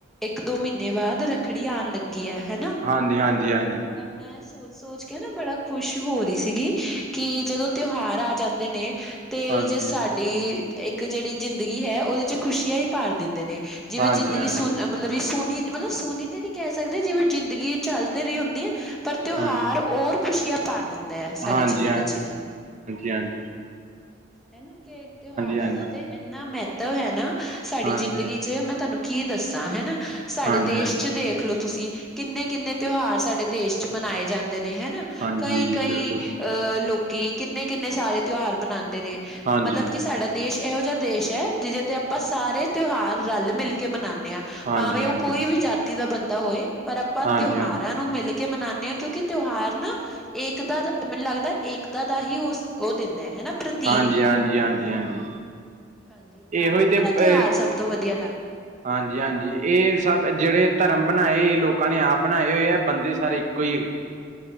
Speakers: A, in the centre; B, on the right.
A: ਇੱਕ ਦੋ ਮਹੀਨੇ ਬਾਅਦ ਰ ਖੜੀ ਆਉਣ ਲੱਗੀ ਹੈ ਹਨਾ।
B: ਹਾਂਜੀ- ਹਾਂਜੀ- ਹਾਂਜੀ
A: ਮੈਂ ਸੋਚ ਸੋਚ ਕੇ ਨਾ ਬੜਾ ਖੁਸ਼ ਹੋ ਰਹੀ ਸੀਗੀ ਕਿ ਜਦੋਂ ਤਿਉਹਾਰ ਆ ਜਾਂਦੇ ਨੇ। ਤੇ
B: ਹਾਂਜੀ
A: ਜੇ ਸਾਡੀ ਇੱਕ ਜਿਹੜੀ ਜ਼ਿੰਦਗੀ ਹੈ ਉਹਦੇ ਚ ਖੁਸ਼ੀਆਂ ਹੀ ਭਾਰ ਦਿੰਦੇ ਨੇ। ਜਿਵੇਂ
B: ਹਾਂਜੀ
A: ਜ਼ਿੰਦਗੀ
B: ਹਾਂਜੀ ਹਾਂਜੀ
A: ਸੁਨੀ ਮਤਲਬ ਸੁਨੀ ਮਤਲਬ ਸੁਨੀ ਤੇ ਨੀ ਕਹਿ ਸਕਦੇ ਜਿਵੇਂ ਜ਼ਿੰਦਗੀ ਚੱਲ ਤੇ ਰਹੀ ਹੁੰਦੀ। ਪਰ ਤਿਉਹਾਰ
B: ਹਾਂਜੀ
A: ਹੋਰ ਖੁਸ਼ੀਆਂ। ਭਰ ਦਿੰਦਾ ਆ ਸਾਡੀ
B: ਹਾਂਜੀ
A: ਜ਼ਿੰਦਗੀ
B: ਹਾਂਜੀ
A: ਚ ਹੈਨਾ।
B: ਹਾਂਜੀ
A: ਹੈਨਾ ਕਿ ਤਿਉਹਾਰਾਂ
B: ਹਾਂਜੀ ਹਾਂਜੀ
A: ਦਾ ਤੇ ਇੰਨਾ ਮਹੱਤਵ ਹੈ ਨਾ। ਸਾਡੀ
B: ਹਾਂਜੀ
A: ਜ਼ਿੰਦਗੀ ਚ ਮੈਂ ਤੁਹਾਨੂੰ ਕੀ ਦੱਸਾਂ ਹੈਨਾ ਸਾਡੇ
B: ਹਾਂਜੀ
A: ਦੇਸ਼
B: ਹਾਂਜੀ
A: ਚ ਦੇਖਲੋ। ਤੁਸੀਂ ਕਿੰਨੇ ਕਿੰਨੇ ਤਿਉਹਾਰ ਸਾਡੇ ਦੇਸ਼ ਚ ਮਨਾਏ ਜਾਂਦੇ ਨੇ ਹੈਨਾ
B: ਹਾਂਜੀ
A: ਕਈ
B: ਜੀ
A: ਕਈ।
B: ਬਿਲਕੁਲ
A: ਅਹ ਲੋਕੀ ਕਿੰਨੇ ਕਿੰਨੇ ਸਾਰੇ ਤਿਉਹਾਰ ਮਨਾਉਂਦੇ ਨੇ
B: ਹਾਂਜੀ
A: ਮਤਲਬ ਕਿ ਸਾਡਾ। ਦੇਸ਼ ਇਹੋ ਜਿਹਾ ਦੇਸ਼ ਹੈ ਜਿਹਦੇ ਤੇ ਆਪਾਂ ਸਾਰੇ ਤਿਉਹਾਰ ਰਲ ਮਿਲ ਕੇ ਮਨਾਉਂਦੇ ਹਾਂ।
B: ਹਾਂਜੀ
A: ਭਾਵੇਂ
B: ਹਾਂਜੀ
A: ਉਹ ਕੋਈ ਵੀ ਜਾਤੀ ਦਾ ਬੰਦਾ ਹੋਏ ਪਰ ਆਪਾਂ
B: ਹਾਂਜੀ
A: ਤਿਉਹਾਰਾਂ
B: ਹਾਂਜੀ
A: ਨੂੰ ਮਿਲੇ। ਕੇ ਮਨਾਉਂਦੇ ਹਾਂ ਕਿਉਂਕਿ ਤਿਉਹਾਰ ਨਾ। ਏਕਤਾ ਦਾ ਮੈਨੂੰ ਲੱਗਦਾ ਏਕਤਾ ਦਾ ਹੀ ਉਹ ਉਹ ਦਿੰਦਾ ਹੈ ਹਨਾ। ਪ੍ਰਤੀਕ
B: ਹਾਂਜੀ
A: ਹੈ
B: ਹਾਂਜੀ ਹਾਂਜੀ ਹਾਂਜੀ।
A: ਹਾਂਜੀ ਤੁਹਾਨੂੰ
B: ਇਹੋ ਹੀ
A: ਕਿਹੜਾ
B: ਤੇ ਅ,
A: ਤਿਉਹਾਰ ਸਭ ਤੋਂ ਵਧੀਆ ਲੱਗਦਾ।
B: ਹਾਂਜੀ ਹਾਂਜੀ ਇਹ ਸਭ ਜਿਹੜੇ ਧਰਮ ਬਣਾਏ ਇਹ ਲੋਕਾਂ ਨੇ ਆਪ ਬਣਾਏ ਹੋਏ ਆ ਬੰਦੇ ਸਾਰੇ ਇੱਕੋ ਹੀ ਹੈਗੇ।